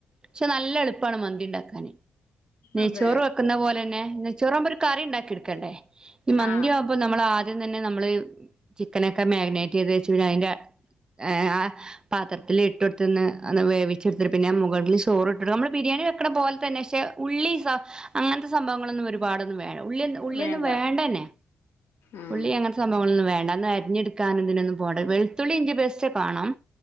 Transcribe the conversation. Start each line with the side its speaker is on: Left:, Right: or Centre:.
Right: പക്ഷെ നല്ല എളു പ്പാണ് മന്തി ഉണ്ടാക്കാന് നെയ്ച്ചോറു
Left: അതെ
Right: വെ ക്ക്ന്ന പോലന്നെ നെയ്ചോറാവുമ്പം ഒരു കറി ഉണ്ടാക്കി എടുക്കേണ്ടേ ഈ മന്തിയാ
Left: ആഹ്
Right: വുമ്പം നമ്മള് ആദ്യം തന്നെ നമ്മള് ചിക്കനെക്കെ മാഗിനേറ്റ് ചെയ്ത് വെച്ച് പിന്നെ അയിന്റെ ഏ ആ പാത്രത്തില് ഇട്ടൊടുത്ത്ന്ന് ഒന്ന് വേവിച്ചെടുത്തിട്ട് പിന്നെ മുകളിൽ ചോറ് ഇട്ടിട്ട് നമ്മള് ബിരിയാണി വെക്കണ പോൽ തന്നെ പക്ഷെ ഉള്ളി സ അങ്ങനത്തെ സംഭവങ്ങളൊന്നും ഒരുപാടൊന്നും വേ ഉള്ളി ഉള്ളി
Left: വേണ്ട
Right: ഒന്ന് വേണ്ടെന്നേ
Left: ഉം
Right: ഉള്ളി അങ്ങനെ സംഭവങ്ങളൊന്നും വേണ്ടന്ന് അരിഞ്ഞെടുക്കാന ഇതിനൊന്നും പോണ്ടത് വെളത്തുള്ളി ഇന്ത്യ ബെസ്റ്റ കാണാം